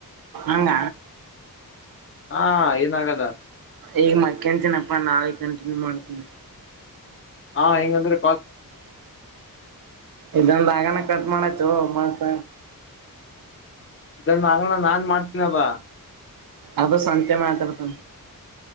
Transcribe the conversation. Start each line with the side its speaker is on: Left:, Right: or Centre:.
Right: ಹಂಗ
Left: ಹಾ ಏನ ಆಾಗಲ್ಲ
Right: ಈಗ ಮಕನ್ ತಿನಪ್ಪಾ ನಾಳೆ ಕಂಟಿನ್ಯೂ ಮಾಡ್ತನ
Left: ಹಾ ಹೆಂಗಂದ್ರೆ
Right: ಇದಂದಾಗನ ಕಟ್ ಮಾಡ್ತು ಮಾಡ್ತ
Left: ಇದನ್ನ ಆಗಣ ನಾನ್ ಮಾಡ್ತೀನಲ್
Right: ಅದು ಸತ್ಯ ಮಾತ್ರತ